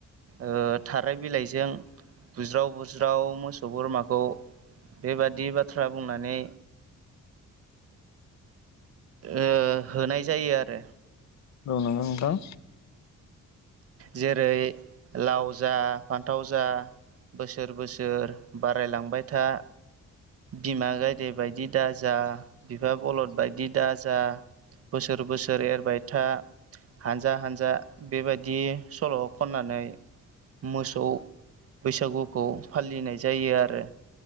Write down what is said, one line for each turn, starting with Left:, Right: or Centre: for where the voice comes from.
Right: ओ थाराय बिलाइजों बुज्राव बुज्राव मोसौ बोरमाखौ बेबादि बाथ्रा बुंनानै ओ होनाय जायो आरो।
Left: औ नंगौ नोंथां।
Right: जेरै लाव जा फान्थाव जा बोसोर बोसोर बारायलांबाय था। बिमा गायदे बायदि दाजा, बिफा बलद बायदि दाजा। बोसोर बोसोर एरबाय था, हानजा हानजा बेबाय दि सल' खननानै मोसौ बैसागुखौ फालिनाय जायो आरो।